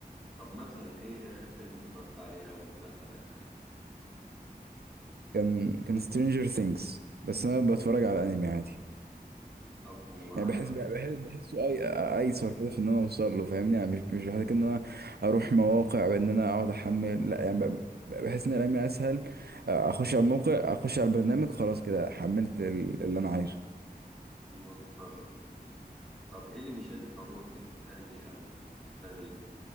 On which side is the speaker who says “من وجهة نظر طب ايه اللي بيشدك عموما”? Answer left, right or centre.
Centre